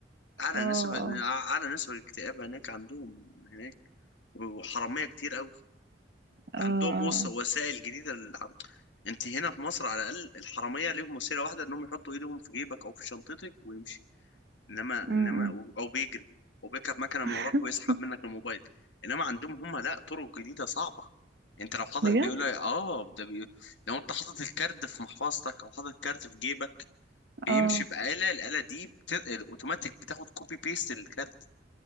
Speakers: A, on the left; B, on the right.
A: أعلى
B: اه
A: نسبة أعلى نسبة الاكتئاب هناك عندهم هناك وحرامية كتير أوي
B: اه اه
A: عندهم وص-
B: آه.
A: وسائل جديده للع- انت هنا في مصر على الاقل الحراميه ليهم وسيله واحده انهم يحطوا ايدهم في جيبك او في شنطتك ويمشي انما انما
B: م- م.
A: او بيجري او بيركب مكنه
B: <laughs>
A: من وراك ويسحب منك الموبايل انما عندهم هم لا طرق جديده صعبه انت لو حاطط
B: بجد
A: بيقول لك اه ده بي... لو انت حاطط الكارد في محفظتك او حاطط الكارد في جيبك بيمشي
B: اه
A: بآلة الآلة دي بت... الاوتوماتيك بتاخد كوبي بيست للكارد